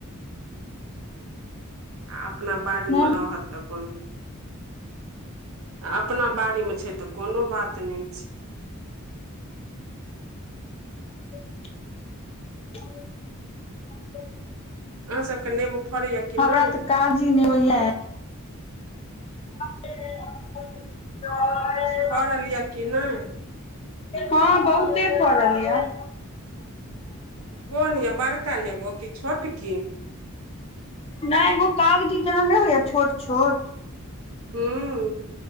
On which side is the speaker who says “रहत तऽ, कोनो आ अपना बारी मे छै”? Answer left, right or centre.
Right